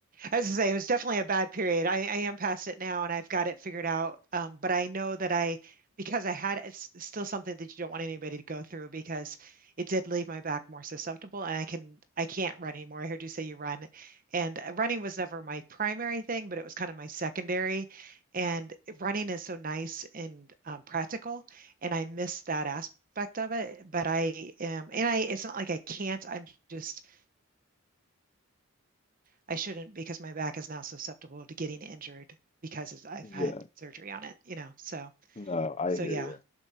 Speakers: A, on the right; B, on the left.
A: As I was gonna say, it was definitely a bad period. I, I am past it now and I've got it figured out. Um, but I know that I because I had it's still something that you don't want anybody to go through because it did leave my back more susceptible and I can I can't run anymore. I heard you say you run. And running was never my primary thing, but it was kind of my secondary. And running is so nice and um, practical, and I miss that aspect of it. But I am, and I it's not like I can't, I'm just I shouldn't because my back is now susceptible to getting injured because I've
B: Yeah.
A: had surgery on it, you know. So
B: No, I
A: so
B: hear
A: yeah.
B: you.